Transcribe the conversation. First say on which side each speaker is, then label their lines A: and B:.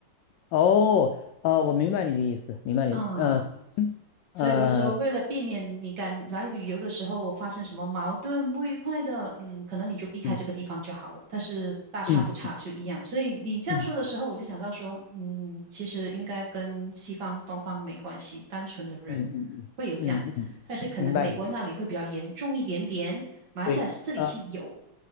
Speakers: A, on the left; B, on the right.
A: 哦，呃，我明白你的意思，明白你，
B: 啊。
A: 呃，呃，
B: 所以我就说，为了避免你敢来旅游的时候发生什么矛盾、不愉快的，嗯，可能你就避开这个地方就好了。
A: 嗯
B: 但是大差不差就一样。
A: 嗯
B: 所以你这样说的时候，
A: 嗯
B: 我就想到说，嗯，其实应该跟西方、东方没关系，单纯的人
A: 嗯嗯嗯嗯，
B: 会有这样，
A: 嗯明白你的
B: 但是可能美国那里会比较严重一点点，马来西亚这里是有，
A: 对，呃，